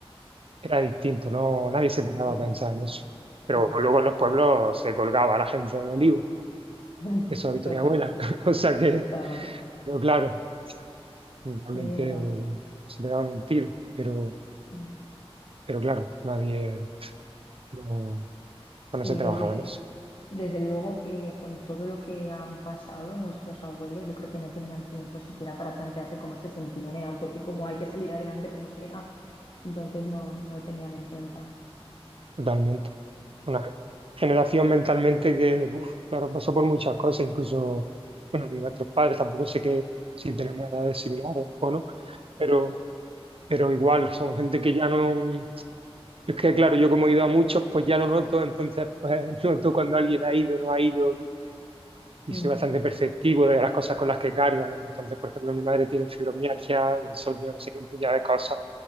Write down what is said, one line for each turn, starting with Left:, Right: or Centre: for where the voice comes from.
Right: era distinto, no, nadie se pegaba
Left: Sí.
Right: a pensar en eso. Pero
Left: Mm.
Right: luego en los pueblos se colgaba a la gente del olivo,
Left: <laughs>
Right: que eso lo ha visto
Left: Total,
Right: mi abuela, <laughs> o sea que,
Left: total,
Right: pero claro, realmente
Left: es verdad.
Right: bueno, se pegaban un tiro, pero,
Left: Mm.
Right: pero claro, nadie, no,
Left: Sí,
Right: no se trabajaba
Left: desde...
Right: en eso,
Left: Desde luego que con todo lo que han pasado nuestros abuelos, yo creo que no tenían tiempo siquiera para plantearse cómo se sentían. Era un poco como hay que salir adelante como sea. Entonces no, no lo tenían en cuenta.
Right: totalmente Una generación mentalmente que, uf, claro, pasó por muchas cosas, incluso, bueno, nuestros padres, tampoco sé que si tenemos edades similares o no, pero, pero igual, son gente que ya no... Es que, claro, yo como he ido a muchos, pues ya lo noto, entonces, pues <laughs> noto cuando alguien ha ido, no ha ido, y
Left: Mm,
Right: soy bastante perceptivo de las cosas con las que cargan. Entonces, por ejemplo, mi madre tiene fibromialgia, insomnio, no sé qué, un puñado de cosas.